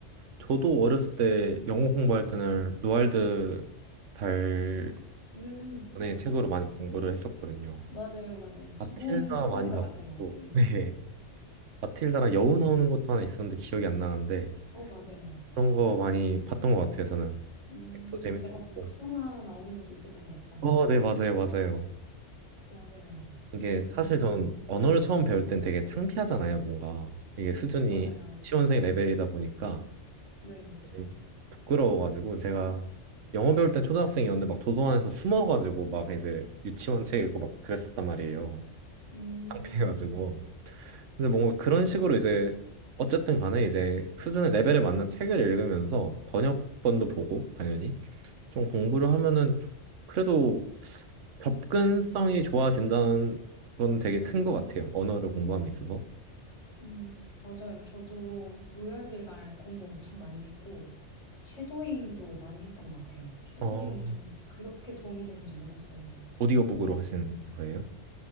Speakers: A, on the right; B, on the left.
A: 저도 어렸을 때 영어 공부할 때는 로알드 달가분의
B: 음,
A: 책으로 많이 공부를 했었거든요.
B: 맞아요, 맞아요. 기본
A: 마틸다
B: 서원가
A: 많이 봤었고,
B: 같아요. 네.
A: 네, 마틸다랑 여우 나오는 것도 하나 있었는데 기억이 안 나는데.
B: 어, 맞아요.
A: 그런 거 많이 봤던 것 같아요, 저는.
B: 음,
A: 책도 재밌었고.
B: 약간 복숭아 나오는 것도 있었던 것 같지 않아요?
A: 어, 네, 맞아요, 맞아요.
B: 맞아요.
A: 이게
B: 음,
A: 사실 전 언어를 처음 배울 땐 되게 창피하잖아요, 뭔가. 이게 수준이
B: 맞아요.
A: 지원생 레벨이다 보니까
B: 네.
A: 되게 부끄러워가지고 제가 영어 배울 땐 초등학생이었는데 막 도서관에서 숨어가지고 막 이제 유치원 책 읽고 막 그랬었단 말이에요.
B: 음,
A: 창피해가지고. 근데 뭔가 그런 식으로 이제 어쨌든 간에 이제 수준의 레벨에 맞는 책을 읽으면서 번역본도 보고, 당연히. 좀 공부를 하면은 조- 그래도 접근성이 좋아진다는 건 되게 큰 것 같아요. 언어를 공부함에 있어서.
B: 음, 맞아요. 저도 로얄드 날 공부 엄청 많이 했고, 쉐도잉도 많이 했던 것 같아요. 쉐도잉이
A: 어,
B: 저는 그렇게 도움이 되는지 몰랐어요.
A: 오디오북으로 하신 거예요?